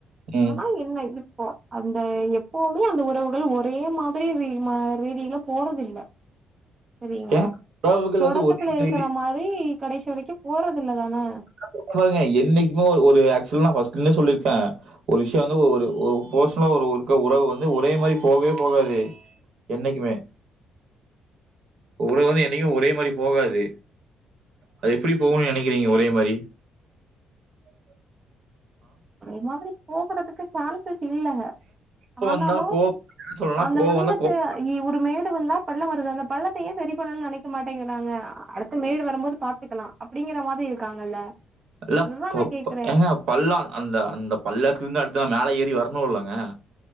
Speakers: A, on the right; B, on the right.
A: ம்
B: ஆமா என்ன இதுப்போ அந்த எப்போமே அந்த உறவுகள் ஒரே மாதிரி ரீ ம ரீதியில போறதில்ல சரிங்களா
A: ஏங்க உறவுகள்
B: தொடக்கத்துல
A: வந்து ஒரே மாதிரி
B: இருக்கற மாரி கடைசி வரைக்கு போறதுல்லதானே
A: ங்க பாருங்க என்னைக்குமே ஒரு ஆக்சுவல்ஸ் பர்ஸ்ட்ல இருந்தே சொல்லிருக்கே ஒரு விஷயம் வந்து ஒரு போர்ஷலருக்க உறவு வந்து ஒரே மாரி போவே போவாது என்னைக்குமே உறவு வந்து என்னைக்கு ஒரே மாரி போகாது அது எப்டி போகுணு நெனக்கிறீங்க ஒரே மாரி உ <inaudible>
B: அது என்னாது போகுறதுக்கு சான்சஸ் இல்லங்க
A: கோவம்
B: ஆனாலு
A: வந்தா கோவம் என்ன சொல்றேன்னா,
B: அந்த
A: கோவம்
B: வந்துட்டு
A: வந்தா கோவம்
B: இ உரிமயேடு வந்தா பள்ள வருது அந்த பள்ளத்த ஏ சரி பண்ணுன் நெனைக்க மாட்டேங்கிறாங்க அடுத்த மேடு வரும்போது பாத்துக்கலா அப்டிங்கிற மாரி இருக்காங்கல்ல
A: எல்லாப்
B: அதுதா
A: போ
B: நா கேக்குறே
A: போ ஏங்க பள்ளோ அந்த அந்த பள்ளத்துல இருந்து அடுத்த மேல ஏறி வரணுல்லங்க